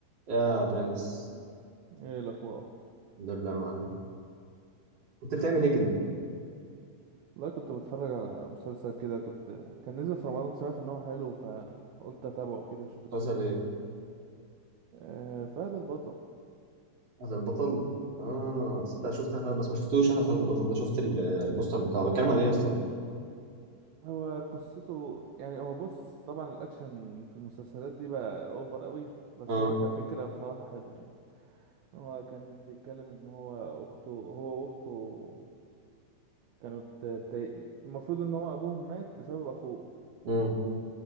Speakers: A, on the right; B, on the right.
A: يا برنس
B: ايه الاخبار
A: الحمد لله يا معلم كنت بتعمل ايه كده؟
B: لا كنت بتفرج على مسلسل كده كنت كان نزل في رمضان سمعت ان هو حلو فقلت اتابعه كده اشوف الدنيا
A: مسلسل ايه؟
B: آه فهد البطل
A: فهد البطل؟ اه
B: مم.
A: صدق شفت انا فهد بس ما شفتوش انا فهد البطل ده شفت ال- البوستر بتاعه بيتكلم عن ايه يا اسطى ده؟
B: هو قصته يعني هو بص طبعا الاكشن في المسلسلات دي بقى اوفر قوي بس
A: اه
B: هو كفكرة بصراحة حلو يعني هو كان بيتكلم ان هو اخته هو واخته كانوا تي... المفروض ان هو ابوهم مات بسبب اخوه
A: امم